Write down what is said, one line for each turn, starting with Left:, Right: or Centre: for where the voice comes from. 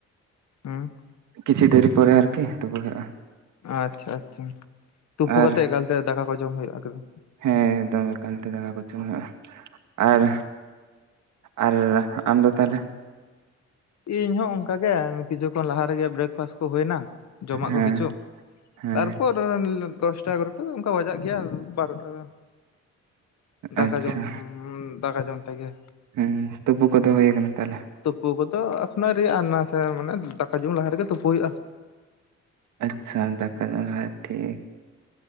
Left: ᱦᱩᱸ᱾
Right: ᱠᱤᱪᱷᱩ ᱫᱤᱨᱤ ᱯᱚᱨᱮ ᱟᱨᱠᱤ ᱛᱚᱯᱩ ᱦᱩᱭᱩᱜᱼᱟ᱾
Left: ᱟᱪᱪᱷᱟ ᱟᱪᱪᱷᱟ ᱛᱩᱯᱩ
Right: ᱟᱨ
Left: ᱠᱟᱛᱮᱜ ᱮᱠᱟᱞᱛᱮ ᱫᱟᱠᱟ ᱠᱚ ᱡᱚᱢ ᱦᱩᱭᱩᱜᱼᱟ <unintelligible>
Right: ᱦᱮᱸ ᱮᱫᱚᱢ ᱮᱠᱟᱞᱛᱮ ᱫᱟᱠᱟ ᱠᱚ ᱡᱚᱢ ᱦᱩᱭᱩᱜᱼᱟ, ᱟᱨ ᱟᱨ ᱟᱢ ᱫᱚ ᱛᱟᱦᱚᱞᱮ?
Left: ᱤᱧ ᱦᱚᱸ ᱚᱝᱠᱟ ᱜᱮ ᱠᱤᱪᱷᱩ ᱠᱷᱚᱱ ᱞᱟᱦᱟ ᱨᱮᱜᱮ ᱵᱨᱮᱠ ᱯᱷᱟᱥ ᱠᱚ ᱦᱳᱭᱱᱟ ᱡᱚᱢᱟᱜ
Right: ᱦᱮᱸ
Left: ᱠᱚ ᱠᱤᱪᱷᱩ,
Right: ᱦᱮᱸ
Left: ᱛᱟᱨᱯᱚᱨ <unintelligible> ᱫᱚᱥᱴᱟ ᱮᱜᱟᱨᱚᱴᱟ ᱫᱚ ᱚᱱᱠᱟ ᱵᱟᱡᱟᱜ ᱜᱮᱭᱟ ᱵᱟᱨᱚᱴᱟ ᱜᱟᱱ ᱫᱟᱠᱟ
Right: ᱟᱪᱪᱷᱟ
Left: ᱡᱚᱢ ᱫᱟᱠᱟ ᱡᱚᱢ ᱛᱮᱜᱮ᱾
Right: ᱦᱮᱸ ᱛᱩᱯᱩ ᱠᱚᱫᱚ ᱦᱩᱭ ᱠᱟᱱᱟ ᱛᱟᱦᱚᱞᱮ?
Left: ᱛᱩᱯᱩ ᱠᱚᱫᱚ ᱮᱠᱷᱚᱱᱳ ᱟᱶᱨᱤ ᱱᱟᱥᱮ ᱢᱟᱱᱮ ᱫᱟᱠᱟ ᱡᱚᱢ ᱞᱟᱦᱟ ᱨᱮᱜᱮ ᱛᱩᱯᱳ ᱦᱩᱭᱩᱜᱼᱟ᱾
Right: ᱟᱪᱪᱷᱟ ᱫᱟᱠᱟ ᱡᱚᱢ ᱞᱟᱦᱟ ᱨᱮᱜᱮ ᱴᱷᱤᱠ